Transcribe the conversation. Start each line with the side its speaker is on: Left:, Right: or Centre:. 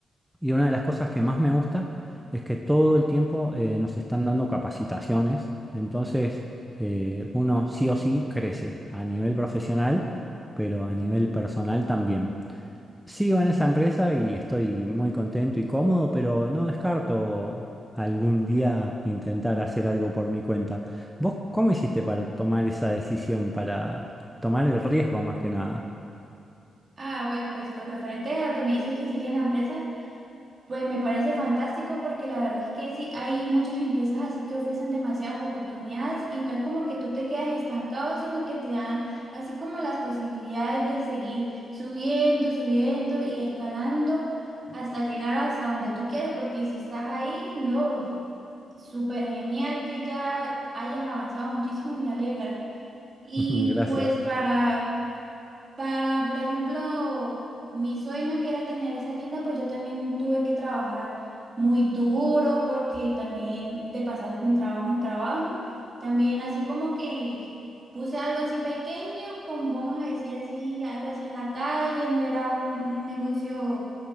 Centre: y una de las cosas que más me gusta es que todo el tiempo eh, nos están dando capacitaciones, entonces eh, uno sí o sí crece a nivel profesional, pero a nivel personal también. Sigo en esa empresa y estoy muy contento y cómodo, pero no descarto algún día intentar hacer algo por mi cuenta. ¿Vos cómo hiciste para tomar esa decisión, para tomar el riesgo más que nada?
Right: Ah, bueno, pues con referente a lo que me dices que sigue en la empresa. Pues me parece fantástico porque la verdad es que sí, hay muchas empresas así que ofrecen demasiadas oportunidades y no es como que tú te quedas estancado, sino que te dan así como las posibilidades de seguir subiendo, subiendo y escalando hasta llegar hasta donde tú quieres, porque si estás ahí, no, súper genial que ya hayas avanzado muchísimo y me alegra. Y
Centre: <laughs> Gracias.
Right: pues para... Para, por ejemplo, mi sueño que era tener esa tienda, pues yo también tuve que trabajar muy duro porque también de pasar de trabajo en trabajo, también así como que puse algo así pequeño, como vamos a decir así, algo así en la calle, no era un, un negocio